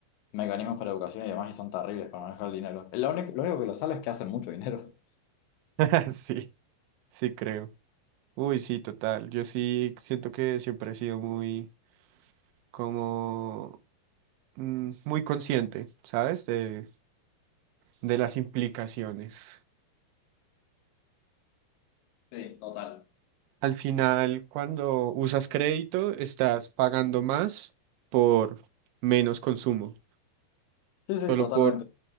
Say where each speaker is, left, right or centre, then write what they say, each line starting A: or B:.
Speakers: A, on the left; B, on the right.
A: mecanismos para educación y demás y son terribles para manejar el dinero. Lo único, lo único que lo sale es que hacen mucho dinero.
B: <laughs> Sí, sí creo. Uy, sí, total. Yo sí siento que siempre he sido muy, como, mm, muy consciente, ¿sabes? De de las implicaciones.
A: Sí, total.
B: Al final, cuando usas crédito, estás pagando más por menos consumo,
A: Sí, sí,
B: solo
A: totalmente.
B: por,